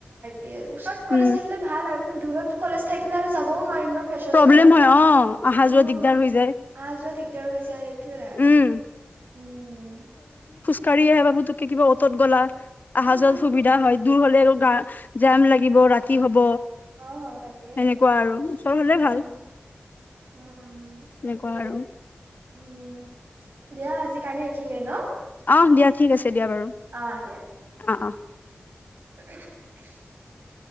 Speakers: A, on the right; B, on the left.
A: দিয় ওচৰত কলেজ
B: উম
A: থাকিলে ভাল আৰু কিন্তু দূৰত কলেজ থাকিলে আৰু যাব। নোৱাৰিম ন ফেছৰ
B: প্ৰব্লেম
A: চত
B: হয় অ অহা
A: উ
B: যোৱা দিগদাৰ হৈ যায়
A: আহ যত ৰ হৈ য সেইটোয়ে
B: উম
A: উম
B: কা় আহে বাবু তোক কিবা অত গলা অহা
A: উম
B: যোৱা
A: উম
B: সুবিধা হয় দূৰ হলে
A: উম
B: গা জাম লাগিব ৰাতি হ'ব।
A: অ তাকে
B: সেনেকুৱা আৰু ওচৰ হলে
A: উম
B: ভাল।
A: উম উম
B: তেনেকুৱা
A: তাকে
B: আৰু
A: উম দিয়া আজি কাৰণে এইখিনিয়ে ন
B: আহ দিয়া ঠিক আছে দিয়া বাৰু
A: অ দিয়া
B: অ অ
A: <inaudible>